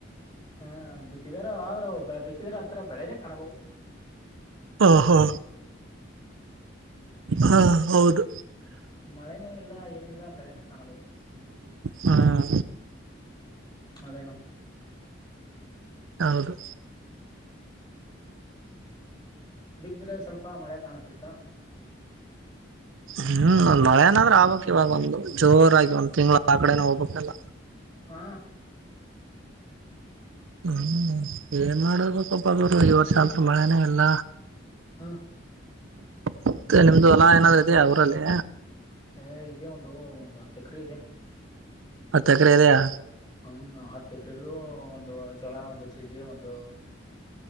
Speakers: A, on the left; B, on the right.
A: ಹ್ಮ ಬಿತ್ತಿದಾರ ಅಂದ್ರ ಬಿತ್ತಿದ್ರ ಅಂತರ ಬೆಳೆನೆೇ ಕಾಣಲ್
B: ಹಾ ಹಾ ಹಾ ಹೌದು
A: ಮಳೆನೇ ಇಲ್ಲ ಏನಿಲ್ಲ ಬೆಳೆನೇ ಕಾಣಲು
B: ಹ್ಮ್
A: ಅದೇನು
B: ಹೌದು.
A: ಬಿದ್ರೆ ಸ್ವಲ್ಪ ಮಳೆ ಕಾಣತಿತ್ತ <inaudible>
B: ಹ್ಮ್ ನೊಳೆಏನಾದ್ರ್ ಆಬಬೇಕ ಇವಾಗ ಒಂದು ಜೋರಾಗಿ ಒಂದ್ ತಿಂಗ್ಗಳ ಆ ಕಡೆನ ಹೋಗ್ಬೇಕಕ್ಲ್ಲ
A: ಹಾ
B: ಹ್ಮ್ ಏನ್ ಮಾಡರ್ಬೇಕಪ್ಪ ಅರು ಈ ವರ್ಷ ಆದತ್ ಮಳೆನೇ ಇಲ್ಲ
A: ಹಾ
B: ಮತ್ತ ನಿಮ್ದು ಹೊಲಾ ಏನಾದ್ೂ ಇದ ಅವರಲ್ಲಿ
A: ಅ ಇದೇ ಒಂದು ಒಂದು್ ಹತ್ತು ಎಕರೆ ಇದೆ
B: ಹತ ಎಕ್ರೆ ಅದೆಯಾ
A: ಹಂಗ ಹತ್ತು ಎಕ್ರಲ್ಲ ಒಂದು ಚೋಳ ಒಂದು ಸಜ್ಜಿ ಒಂದು